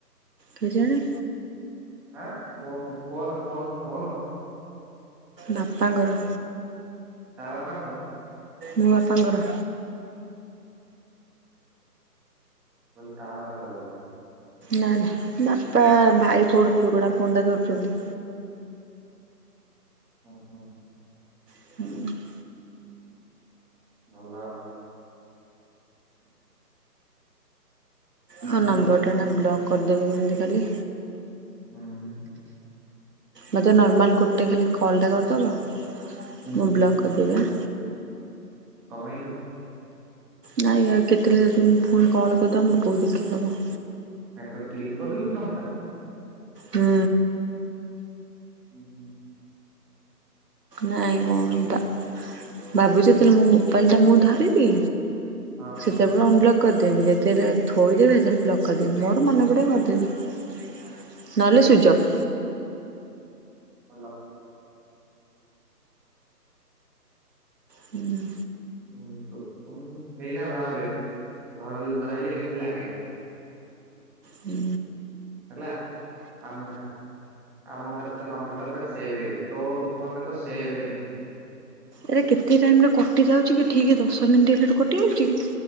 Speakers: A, on the right; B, in the centre.
A: କେଜାଣି।
B: ଆଁ ଫୋନ ଫୋନ ଫୋନ।
A: ବାପାଙ୍କ ର।
B: ତା ବାପାଙ୍କ
A: ମୋ ବାପାଙ୍କର।
B: କହିଲି ତା ବାପାର ବୋଧେ।
A: ନା ନା ବାପା ଭାଇ ଫୋନ୍ ପୁରୁଣା ଫୋନ୍ ଟା ଧରୁଚନ୍ତି।
B: ଓହୋ।
A: ହୁଁ।
B: ଭଲ ଆଉ।
A: ହଁ
B: ହୁଁ
A: ଆଉ ନମ୍ବର୍ ଟା ନା ବ୍ଲକ୍ କରିଦେବି କେମିତି କାଲି।
B: <unintelligible>
A: ମୋତେ ନର୍ମାଲ୍ ଗୋଟେ ଖାଲି କଲ୍ ଟେ କରିଦବ
B: ହୁଁ
A: ମୁଁ ବ୍ଲକ୍ କରିଦେବି ଆଁ।
B: କଣ୍ ପାଇଁ କି?
A: ନାଇଁ ଏ-କେତେବେଳେ ଯଦି ମୁଁ ପୁଣି କଲ୍ କରିଦେବ ମୋ ବୋଉ ଦେଖିଦେବ।
B: କାଇଁ ତୁ ଡିଲିଟ୍ କରିଦେଲୁ କି ନମ୍ବର୍ ଟା।
A: ହୁଁ।
B: ହୁଁ ହୁଁ।
A: ନାଇଁ କଣ ବା-ଭାବୁଚି ଯେତେଳେ ମୋ ମୋବାଇଲ୍ ଟା ମୁଁ ଧରିବି
B: ହଁ
A: ସେତେବେଳେ ଅନବ୍ଲକ୍ କରିଦେବି ଯେତେବେଳେ ଥୋଇଦେବି ସେତେବେଳେ ବ୍ଲକ୍ କରିଦେବି। ମୋର ମନେ ପଡ଼ିବ କରିଦେବି। ନହେଲେ ସୁଇଚ୍ ଅଫ୍।
B: ଭଲ।
A: ହୁଁ।
B: ହୁଁ ତୁ- ତୁ ଏଇନା ଭାବେ ଘର ଧରିଲେ କେମିତି ଲାଗେ।
A: ହୁଁ।
B: ହେଲା ଆମ ଆମ ଘରେ ତ ନମ୍ବର ଟା ପୁରା ସେଭ୍ ହେଇକି ଅଛି ତୋ ଫୋନରେ ତ ସେବ୍ ହେଇନି।
A: ଏରା କେତେ ଟାଇମ୍ ରେ କଟି ଯାଉଚି କି ଠିକି ଦଶ ମିନିଟ୍ ହେଲାଠୁ କଟି ଯାଉଚି କି?